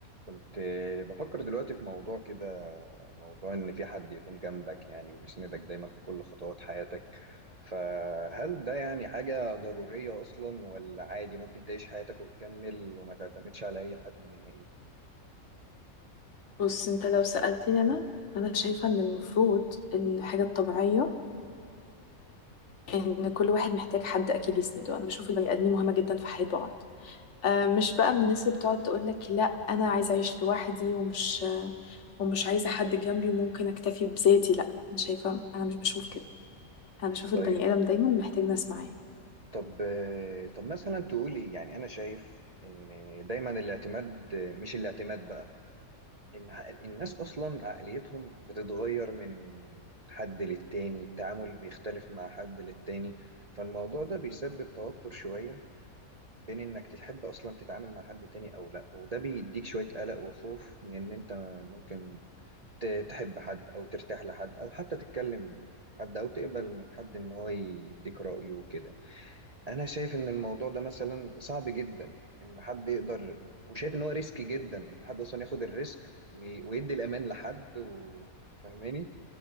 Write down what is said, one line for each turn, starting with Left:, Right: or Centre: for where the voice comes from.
Right: كنت بفكر دلوقتي في موضوع كده موضوع إن في حد يكون جنبك يعني وبيسندك دايما في كل خطوات حياتك فهل ده يعني حاجة ضرورية أصلا ولا عادي ممكن تعيش حياتك وتكمل وما تعتمدش على أي حد نهائي
Left: بص انت لو سألتني انا انا شايفة ان المفروض الحاجة الطبيعية ان كل واحد محتاج حد اكيد يسنده انا بشوف البني ادمين مهمة جدا في حياة بعض آه مش بقى من الناس اللي بتقعد تقول لك لا انا عايزة اعيش لوحدي ومش ومش عايزة حد جنبي وممكن اكتفي بذاتي لا انا شايفة انا مش بشوف كده انا بشوف
Right: طيب
Left: البني ادم دايما محتاج ناس معاه
Right: طب طب مثلا تقولي يعني أنا شايف إن دايما الاعتماد مش الاعتماد بقى إن ع- الناس أصلا عقليتهم بتتغير من حد للتاني التعامل بيختلف مع حد للتاني فالموضوع ده بيسبب توتر شوية بين إنك تحب أصلا تتعامل مع حد تاني أو لأ وده بيديك شوية قلق وخوف من إن أنت ممكن ت- تحب حد أو ترتاح لحد أو حتى تتكلم حد أو تقبل من حد إن هو يديك رأيه وكده انا شايف ان الموضوع ده مثلا صعب جدا ان حد يقدر وشايف ان هو ريسكي جدا ان حد اصلا ياخد الريسك وي- ويدي الامان لحد وفهماني